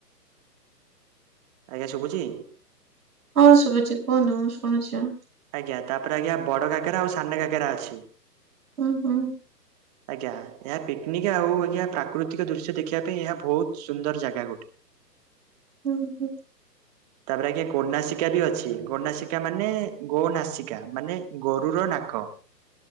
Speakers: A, on the right; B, on the right.
A: ଆଜ୍ଞା ଶୁବୁଚି।
B: ହଁ ଶୁବୁଚି କୁହୁନୁ ଶୁଣୁଚି ଆ
A: ଆଜ୍ଞା ତାପରେ ଆଜ୍ଞା ବଡ ଘାଗେରା ଆଉ ସାନା ଘାଗେରା ଅଛି।
B: ହୁଁ ହୁଁ
A: ଆଜ୍ଞା। ଏହା ପିକନିକ୍ ଆଉ ଆଜ୍ଞା ପ୍ରାକୃତିକ ଦୃଶ୍ୟ ଦେଖିବା ପାଇଁ ଏହା ବହୁତ ସୁନ୍ଦର ଜାଗା ଗୋଟେ।
B: ହୁଁ ହୁଁ
A: ତାପରେ ଆଜ୍ଞା ଗୋନାସିକା ବି ଅଛି। ଗୋନାସିକା ମାନେ ଗୋ ନାସିକା ମାନେ ଗୋରୁର ନାକ।